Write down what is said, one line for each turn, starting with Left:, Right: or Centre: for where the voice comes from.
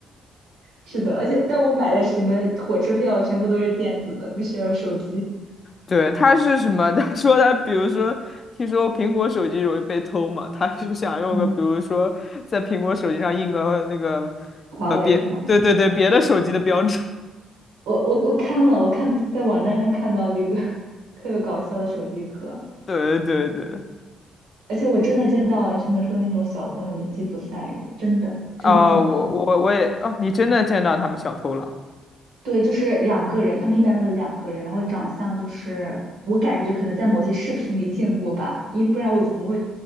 Right: 是的，而且但我买的什么火车票全部都是电子的，必须要有手机。
Left: 对，他是什么？<laughs> 他说他，比如说，听说苹果手机容易被偷嘛，他就想用个，
Right: 嗯，
Left: 比如说，在苹果手机上印个那个，
Right: 华为是吗？
Left: 呃，别，对对对，别的手机的标志。
Right: 我我我看了，我看在网站上看到这个 <laughs> 特别搞笑的手机壳，
Left: <laughs> 对对对，
Right: 而且我真的见到了他们说那种小偷什么吉普赛人，真的真的见到了。
Left: 啊、我我我也，哦、你真的见到他们小偷了。
Right: 对，就是两个人，他们一般都是两个人，然后长相就是我感觉可能在某些视频里见过吧，因为不然我怎么会